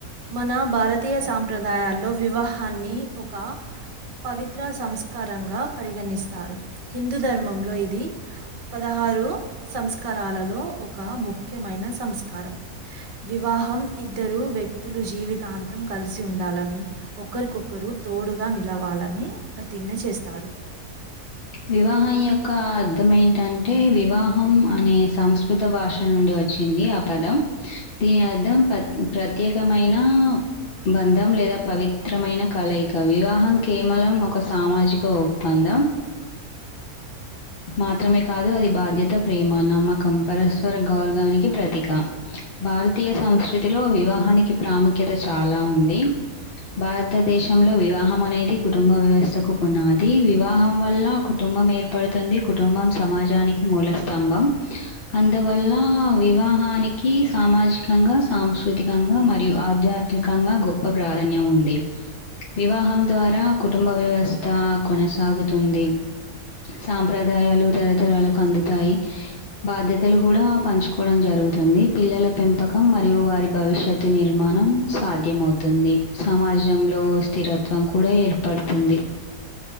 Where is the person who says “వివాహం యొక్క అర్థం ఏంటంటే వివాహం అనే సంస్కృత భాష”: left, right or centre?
Left